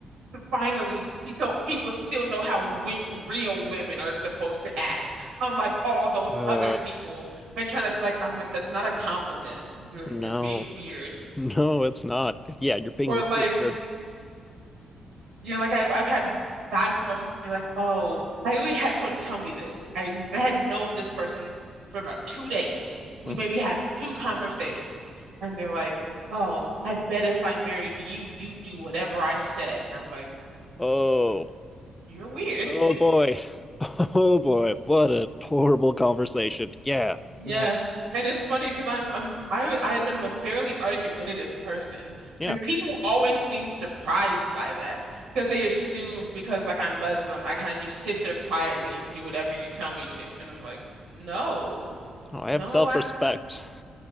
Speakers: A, on the right; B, on the left.
A: to finally s- so people still know how we, real women are supposed to act, unlike all those
B: Uh,
A: other people. And trying to like, I'm like, that's not a compliment. You're
B: no,
A: you're being weird.
B: <laughs> no, it's not. Yeah, you're being
A: Or
B: really
A: like,
B: weird.
A: you know, like I've I've had guys come up to me and be like, oh, I really had someone tell me this. I I had known this person for about two days. We
B: Mhm.
A: maybe had two conversations, and they're like, oh, I bet if I married you, you'd do whatever I said. And I'm like,
B: Oh,
A: you're weird.
B: oh boy. <laughs> Oh boy. What a horrible conversation. Yeah,
A: Yeah.
B: man.
A: And it's funny because I'm I'm I I admit I'm a fairly argumentative person.
B: Yeah.
A: And people always seem surprised by that because they assume because like I'm Muslim, I kind of just sit there quietly and do whatever you tell me to. And I'm like, no,
B: Oh, I
A: no,
B: have self-respect.
A: I'm